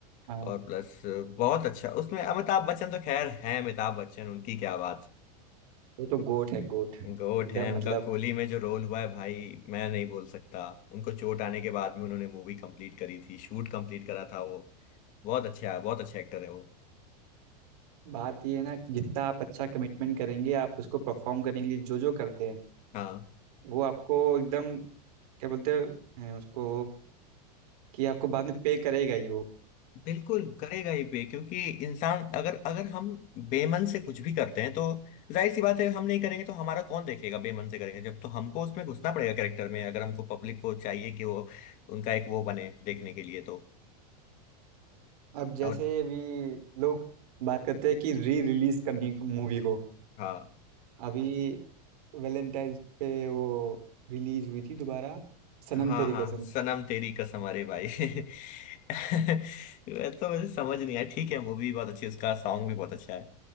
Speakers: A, on the right; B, on the left.
A: हाँ
B: और प्लस बहुत अच्छा उसमें अमिताभ बच्चन तो खैर है अमिताभ बच्चन उनकी क्या बात
A: वो तो गोट है गोट एकदम
B: गोट है उनका
A: मतलब
B: कोहली में जो रोल हुआ है भाई मैं नहीं बोल सकता उनको चोट आने के बाद भी उन्होंने मूवी कंप्लीट करी थी शूट कंप्लीट करा था वो बहुत अच्छा बहुत अच्छे एक्टर है वो
A: बात ये है ना कि जितना आप अच्छा कमिटमेंट करेंगे आप उसको परफॉर्म करने के लिए जो जो करते हैं
B: हाँ
A: वो आपको एकदम क्या बोलते हैं उसको कि आपको बाद में पे करेगा ही वो
B: बिल्कुल करेगा ही पे क्योंकि इंसान अगर अगर हम बेमन से कुछ भी करते हैं तो जाहिर सी बात है हम नहीं करेंगे तो हमारा कौन देखेगा बेमन से करेंगे जब तो हमको उसमें घुसना पड़ेगा कैरेक्टर में अगर हमको पब्लिक को चाहिए कि वो उनका एक वो बने देखने के लिए तो
A: अब जैसे
B: और
A: अभी लोग बात करते हैं कि री रिलीज करनी मूवी को
B: हाँ
A: अभी वैलेंटाइन पे वो रिलीज हुई थी दोबारा सनम
B: हाँ
A: तेरी
B: हाँ
A: कसम
B: सनम तेरी कसम अरे भाई <laughs> <laughs> वैसे तो मुझे समझ नहीं आया ठीक है मूवी बहुत अच्छी है उसका सॉन्ग भी बहुत अच्छा है